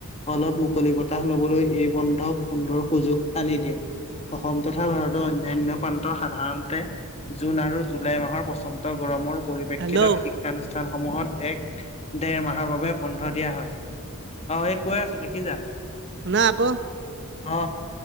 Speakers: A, on the left (about 30°); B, on the right (about 50°).
A: অলপ মুকলি বতাহ লবলৈ এই বন্ধক সুন্দৰ সুযোগ আনি দিয়ে অসম তথা ভাৰতৰ অন্যান্য পান্ত সাধাৰণতে জুন আৰু জুলাই মাহৰ প্ৰচন্দ গৰমৰ পৰিপ্ৰেক্ষিতত
B: হেল্ল'
A: শিক্ষানুষ্ঠান শিক্ষা সমূহত এক ডেৰ মাহৰ বাবে বন্ধ দিয়া হয় অ এই কৈ আছো লিখি যা
B: ন আকৌ
A: অ